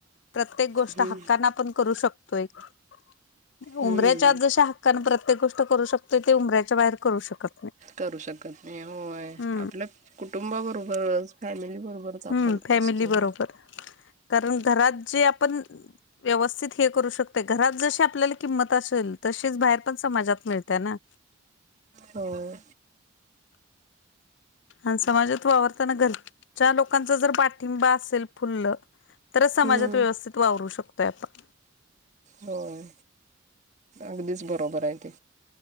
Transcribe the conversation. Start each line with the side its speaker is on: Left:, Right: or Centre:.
Left: प्रत्येक गोष्ट
Right: हम्म.
Left: हक्कान आपण करू शकतो. <unintelligible>
Right: हम्म.
Left: उमऱ्याच्या आत जशी, कारण प्रत्येक गोष्ट करू शकतोय. ते उमऱ्याच्या बाहेर करू शकत, नाही
Right: करू शकत नाही. होय..
Left: हम्म
Right: आपल्या कुटुंबावर <unintelligible> फॅमिली बरोबरच आपण
Left: हम्म फॅमिली
Right: असतोय
Left: बरोबर
Right: नय
Left: कारण घरात जे आपण व्यवस्थित हे करू शकतोय घरात जशी आपल्याला किंमत असेल तशीच बाहेर पण समाजात मिळते ना
Right: होय.
Left: आणि समाजात वावरताना घर च्या लोकांचा जर पाठिंबा असेल फुल्ल तरच समाजात
Right: हम्म.
Left: व्यवस्थित वावरू शकतोय आपण
Right: होय. अगदीच बरोबर आहे ते